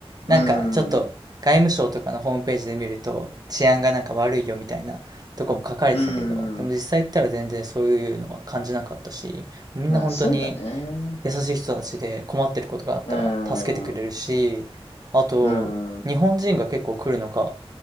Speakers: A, on the right; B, on the left.
A: なんかちょっと外務省とかのホームページで見ると、
B: うん。
A: 治安がなんか悪いよみたいなとこも書かれてたけど、
B: う
A: でも実際行ったら全然そういうのは感じなかったし、
B: ん。
A: みんな本当に
B: まあそうだね。
A: 優しい人たちで困ってることがあったら助けてくれるし、
B: うん。う
A: あと、
B: ん。
A: 日本人が結構来るのか